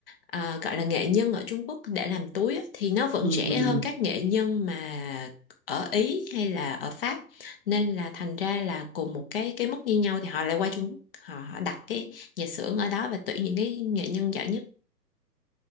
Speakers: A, on the left (about 35°); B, on the right (about 20°).
A: ờ, gọi là nghệ nhân ở Trung Quốc để làm túi á, thì nó vẫn
B: ừ,
A: rẻ
B: ừ, ừ.
A: hơn
B: ừ.
A: các nghệ nhân mà ở Ý hay là ở Pháp nên là thành ra là cùng một cái cái mức như nhau thì họ lại qua Trung Quốc họ, họ đặt cái nhà xưởng ở đó và tuyển những cái nghệ nhân giỏi nhất